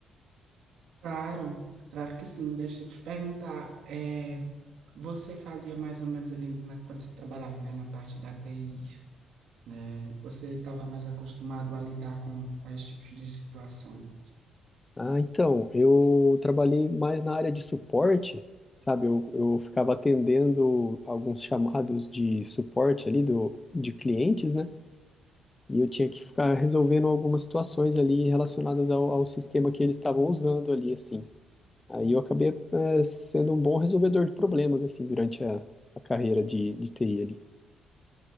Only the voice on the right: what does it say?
Claro, claro que sim. Deixa eu te perguntar, é, você fazia mais ou menos ali na- quando você trabalhava, né, na parte da TI, né? Você estava mais acostumado a lidar com quais tipos de situações?